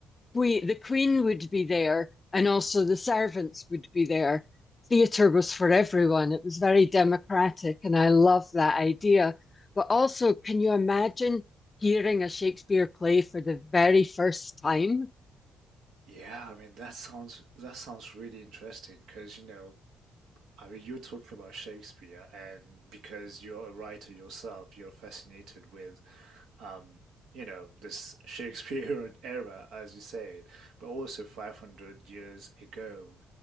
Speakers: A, on the left (about 30°); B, on the right (about 80°).
A: we, the Queen would be there, and also the servants would be there. Theatre was for everyone. It was very democratic, and I love that idea. But also, can you imagine hearing a Shakespeare play for the very first time?
B: Yeah, I mean that sounds that sounds really interesting because you know, I mean you're talking about Shakespeare and because you're a writer yourself, you're fascinated with um, you know, this <laughs> Shakespearean era as you said, but also 500 years ago